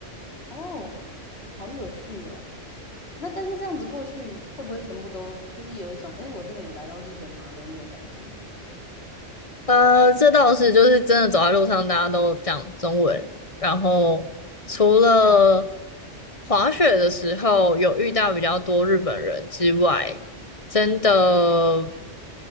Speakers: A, on the left; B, on the left.
A: 哦，好有趣哦。那但是这样子过去，会不会全部都就是有一种，哎，我真的有来到日本吗的那种感觉？
B: 呃，这倒是，就是真的走在路上，大家都讲中文。然后除了滑雪的时候有遇到比较多日本人之外，真的